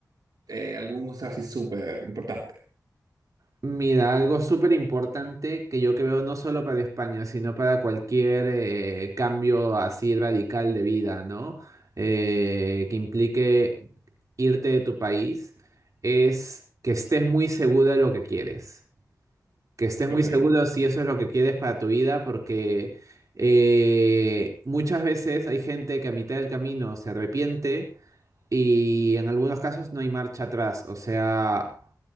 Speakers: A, on the right (about 75°); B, on the right (about 55°).
A: eh, algunos así súper importantes.
B: Mira, algo súper importante que yo creo no solo para España, sino para cualquier eh, cambio así radical de vida, ¿no? Eh, que implique irte de tu país, es que estés muy seguro de lo que quieres. Que estés muy
A: Ok,
B: seguro si eso es lo que quieres para tu vida, porque eh, muchas veces hay gente que a mitad del camino se arrepiente y en algunos casos no hay marcha atrás. O sea,